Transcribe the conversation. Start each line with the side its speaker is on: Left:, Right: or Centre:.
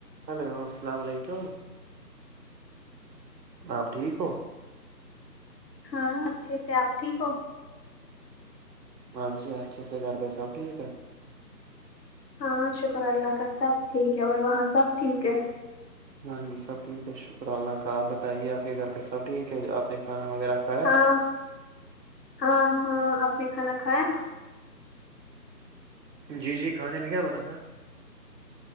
Right: hello السلام علیکم آپ ٹھیک ہو
Left: ہاں اچھے سے آپ ٹھیک ہو
Right: ہاں جی اچھے سے گھر پہ سب ٹھیک ہے
Left: ہاں شکر اللہ کا سب ٹھیک ہے اور وہاں سب ٹھیک ہے
Right: ہاں جی سب ٹھیک ہے شکر اللہ کا آپ بتائیے آپ کے گھر پہ سب ٹھیک ہے آپ نے کانا وغیرہ کھایا
Left: ہاں ہاں ہاں اپ نے کھانا کھایا
Right: جی جی کھانے میں کیا بنا تھا